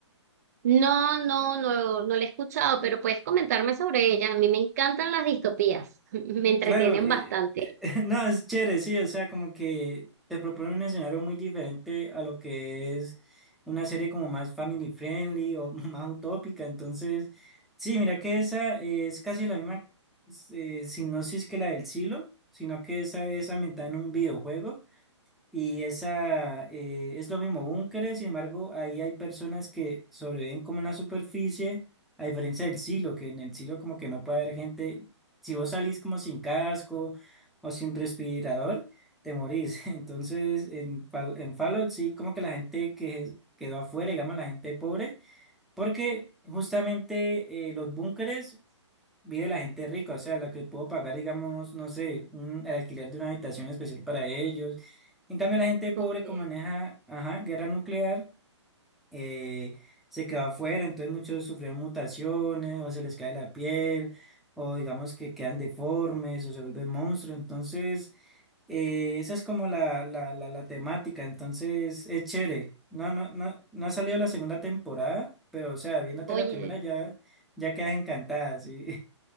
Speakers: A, on the right; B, in the centre.
A: No, no, no, no la he escuchado, pero puedes comentarme sobre ella. A mí me encantan las distopías, <laughs> me entretienen
B: Claro, eh,
A: bastante.
B: eh, <laughs> no, es chévere, sí, o sea, como que te propone un escenario muy diferente a lo que es una serie como más family friendly o <laughs> más utópica, entonces, sí, mira que esa eh, es casi la misma eh, sinopsis que la del Silo, sino que esa es ambientada en un videojuego. Y esa eh, es lo mismo, búnkeres, sin embargo, ahí hay personas que sobreviven como en la superficie, a diferencia del silo, que en el silo como que no puede haber gente, si vos salís como sin casco o sin respirador, te morís. <laughs> Entonces, en, Fall- en Fallout sí, como que la gente que quedó afuera, digamos la gente pobre, porque justamente eh, los búnkeres vive la gente rica, o sea, la que puedo pagar, digamos, no sé, un- el alquiler de una habitación especial para ellos. En cambio, la gente pobre,
A: Ok.
B: como maneja, ajá, guerra nuclear eh, se quedó afuera, entonces muchos sufrieron mutaciones o se les cae la piel o digamos que quedan deformes o se vuelven monstruos, entonces eh, esa es como la, la, la, la temática, entonces es chévere. No, no, no, no ha salido la segunda temporada, pero o sea, viéndote
A: Oye.
B: la primera ya, ya quedas encantada, sí.